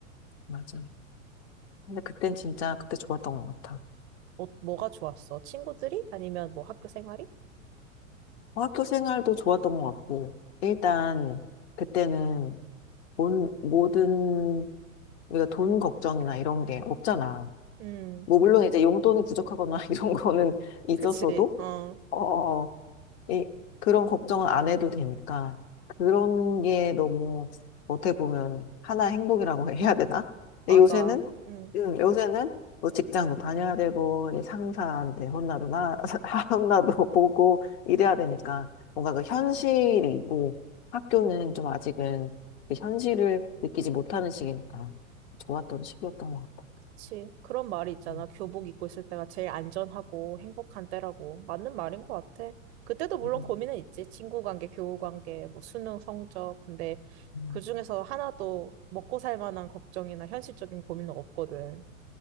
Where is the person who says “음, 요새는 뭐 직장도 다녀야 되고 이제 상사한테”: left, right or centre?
Left